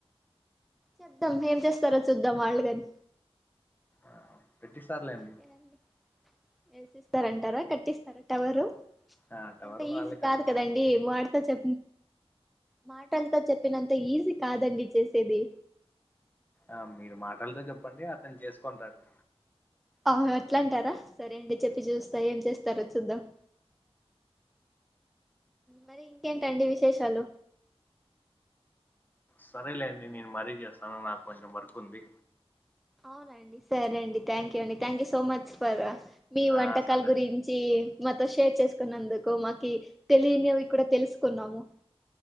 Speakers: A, in the centre; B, on the left.
A: చెప్దాం ఏం చేస్తారో చూద్దాం వాళ్ళు కాని
B: ఆ పెట్టిస్తారులేండి
A: ఓకే అండి వేసిస్తారంటారా కట్టిస్తారా టవరు
B: ఆ టవర్
A: అంత
B: వాళ్ళే
A: ఈజీ
B: కట్టిస్త
A: కదు కదండి మ చె మాటలతో చెప్పినంత ఈజీ కాదండి చేసేది
B: ఆ మీరు మాట్డితే చెప్పండి అతను చేసుకుంటలే
A: అవు ఎట్లాంటారా సరే అడి చెప్పి చూస్తా ఏం చేస్త తెర చద్దం మరి ఇంకేంటండి విశేషాలు
B: సరేలేండి నేను మరీ చేస్తాను నాకు కొంచెం వర్క్ ఉంది
A: అవునండి సరే అండి థ్యాంక్ యూ అండి థ్యాంక్ యూ సో మచ్ చె మీ వంటకాల
B: ఆ సరే
A: గురించి మాతో షేర్ చేసుకున్నందుకు మాకి తెలియనివి కూడా తెలుసుకున్నాము